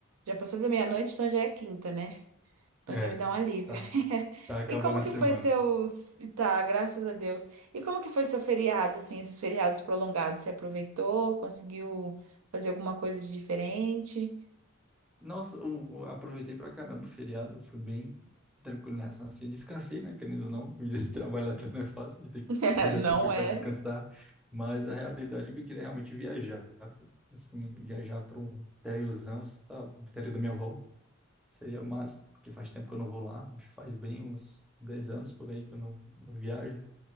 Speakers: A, on the right; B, in the centre.
A: já passou da meia-noite, então já é quinta, né? Então
B: É,
A: já me dá um alívio.
B: Tá,
A: <laughs>
B: tá acabando
A: E como que
B: a semana.
A: foi seus... Tá, graças a Deus. E como que foi seu feriado, assim, esses feriados prolongados? Você aproveitou? Conseguiu fazer alguma coisa de diferente?
B: Nossa, o, o- aproveitei pra caramba o feriado, fui bem tranquilo em relação a assim. Descansei, né? Querendo ou não, <laughs> vida de trabalhador não é fácil, já tem que
A: <laughs>
B: arranjar
A: Não
B: tempo
A: é?
B: para descansar. Mas a realidade é que eu queria realmente viajar, pô. assim, viajar para um interiorzão, sabe? O Interior da minha avó. Seria massa, porque faz tempo que eu não vou lá, acho que faz bem uns 10 anos por aí que eu não, não viajo.